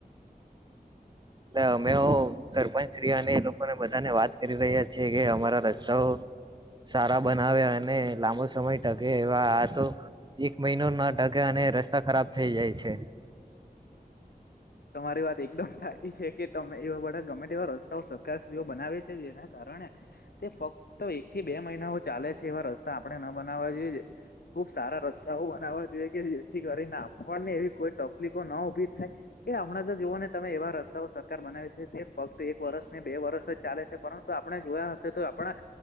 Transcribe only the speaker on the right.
એટલે અમે હો સરપંચ શ્રી અને એ લોક કોને બધાને વાત કરી રહ્યા છીએ કે અમારા રસ્તાઓ સારા બનાવે અને લાંબો સમય ટકે. આ તો એક મહિનો ના ટકે અને રસ્ સ્તા ખરાબ થઈ જાય છે.